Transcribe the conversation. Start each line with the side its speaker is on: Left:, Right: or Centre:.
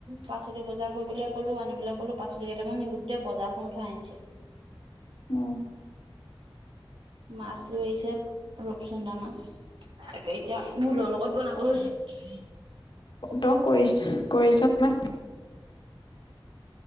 Right: পাচলি বজাৰ কৰিবলৈ কলো আনিবলৈ কলো পাচলি কেইটামান গোটেই বজাৰখন উঠাই আনিছে।
Left: উম
Right: মাছ লৈ আহিছে ৰূপচন্দা মাছ তাকে এতিয়া ভূলৰ লগত বনাব লৈছো।
Left: তই কৰিছ কৰিছ নে